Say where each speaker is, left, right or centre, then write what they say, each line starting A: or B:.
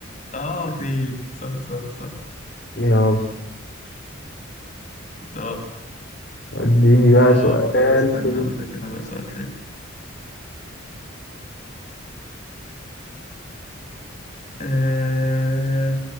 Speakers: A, on the left; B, on the left.
A: اه كريك صح صح صح
B: يلا
A: طب
B: اديني بقى
A: طب
B: سؤال
A: استنى
B: كده
A: اقول لك انا بقى سؤال حلو آه